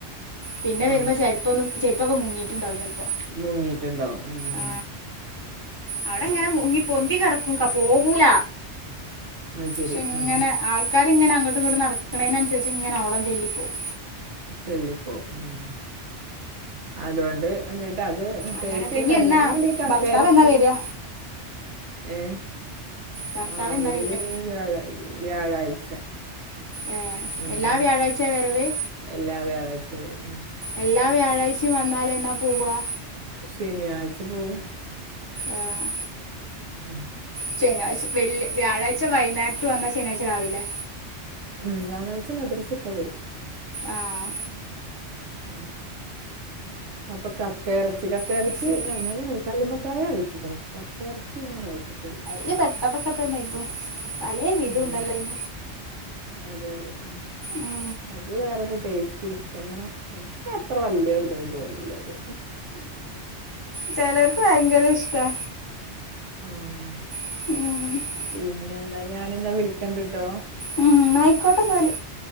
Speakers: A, on the left (about 20°); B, on the right (about 85°).
A: പിന്നെ
B: ആ
A: വരുമ്പോ ചെര്പ്പൊന്നും ചെര്പ്പൊക്കെ മുങ്ങിയിട്ടുണ്ടാവും ചെൽ പ്പോ
B: മുങ്ങിട്ടുണ്ടാവും ഉം
A: ആ അവിടെ ഇങ്ങനെ മുങ്ങി പൊന്തി കിടക്കുംക പോവൂല.
B: അത് ശരി
A: ക്ഷെ ഇങ്ങനെ
B: ഉം
A: ആൾക്കാര് ഇങ്ങനെ അങ്ങട്ടും ഇങ്ങട്ടും നടക്ക നടക്കണിനനുസരിച്ച് ഇങ്ങനെ ഓളം തല്ലിപ്പോകും.
B: തല്ലിപ്പോവും. ഉം അതൊണ്ട് എന്നിട്ട് അത് ടേസ്റ്റ്
A: അങ്ങനൊക്കെ ഇനി
B: കടലക്കറിതന്നെയല്ലെ
A: എന്നാ
B: ഈ കക്കയിറച്ചി
A: ഭർത്താവ് എന്നാ വരിക
B: ഏ
A: ഭർത്താവ്
B: ആ അവര്
A: എന്നാ വരിക
B: വ്യാഴ വ്യാഴാഴ്ച
A: ഏഹ്
B: ഉം
A: എല്ലാ വ്യാഴാഴ്ച വരവ്
B: എല്ലാ വ്യാഴാഴ്ച്ചിം വരും
A: എല്ലാ വ്യാഴാഴ്ച്ചിം വന്നാലെന്നാ പോവാ
B: ശനിയാഴ്ച പോവും
A: ആഹ്
B: ഉം
A: ശനിയാഴ്ച വല് വ്യാഴാഴ്ച വൈന്നേരത്ത് വന്ന ശനിയാഴ്ച രാവിലെ
B: ഉം വ്യാഴാഴ്ച മദ്രസട്ട് വരും
A: ആഹ്
B: ഉ അപ്പൊ കക്ക ഇറച്ചി കക്ക
A: അത്
B: ഇറച്ചി
A: ശരി
B: അങ്ങെനെ കല്ലുമക്കായ കഴിച്ചിക്ക്ണ് കക്ക എറച്ചി അങ്ങനെ കഴിച്ചിട്ടില്ല.
A: ല് പെട്ടന്നൊക്കെതന്നെ എത്തും പലേ വിധണ്ടല്ലോ
B: ഉം
A: അയ്ൻ
B: അതെ അതെ ഉം
A: ഉം
B: അത് വേറൊരു ടേസ്റ്റ് ശ്ശെങ്ങനെ ഇനിക് അത്ര വല്യൊരുതൊന്നും തോന്നിയില്ല അത്.
A: ചെലർക്ക് ഭയങ്കര ഇഷ്ടാ
B: ആഹ്
A: ഇഷ്ടമാണ്
B: പിന്നെന്താ ഞാനിന്നാ വിളിക്കണ്ട്ട്ടോ
A: ഉം ആയിക്കോട്ടെന്നാല്